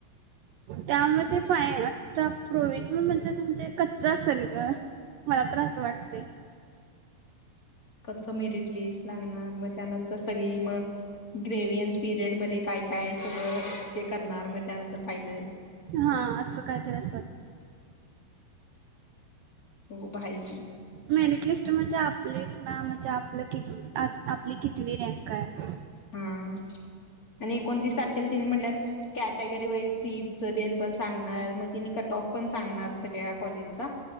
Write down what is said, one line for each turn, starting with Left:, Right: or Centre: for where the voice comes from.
Right: त्यामध्ये फय आता प्रोविजनल म्हणजे तुमचं कच्च असेल ग मला तर अस वाटतय
Left: कच्च मेरिट लिस्ट लागणार मग त्यानंतर सगळी मग ग्रेवियन्स पीरियड मध्ये काय काय सगळं ते करणार मग त्यानंतर फायनल
Right: हा असं काहीतरी असल
Left: ओ भाई
Right: मेरिट लिस्ट म्हणजे आपलीच ना म्हणजे आपलं क आपली कितवी रँक आहे.
Left: हा. आणि एकोणतीस तारखेला तिने म्हटलं कॅटेगरी वाईज सीटच ते पण सांगणार मग तिने कट ऑफ पण सांगणार सगळ्या कॉलेजचा.